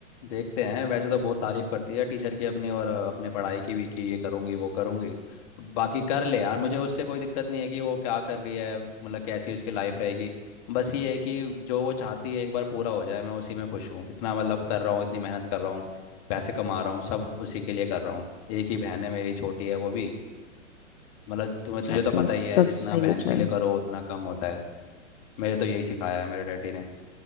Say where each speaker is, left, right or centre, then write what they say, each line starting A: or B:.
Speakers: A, on the left (about 30°); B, on the left (about 50°).
A: देखते हैं वैसे तो बहुत तारीफ करती है टीचर की अपनी और अ, अपने पढ़ाई की भी कि ये करूंगी वो करूंगी बाकी कर ले यार मुझे उससे कोई दिक्कत नहीं है कि वो क्या कर रही है मतलब कैसी उसकी लाइफ रहेगी बस ये है कि जो वो चाहती है एक बार पूरा हो जाए मैं उसी में खुश हूँ इतना मतलब कर रहा हूँ इतनी मेहनत कर रहा हूँ पैसे कमा रहा हूँ सब उसी के लिए कर रहा हूँ एक ही बहन है मेरी छोटी है वो भी मतलब तुम्हें
B: चाहती
A: तुझे तो पता
B: हूँ
A: ही है
B: सब
A: जितना
B: सही
A: बहन
B: हो
A: के
B: जाए
A: लिए करो उतना कम होता है मेरे तो यही सिखाया है मेरे डैडी ने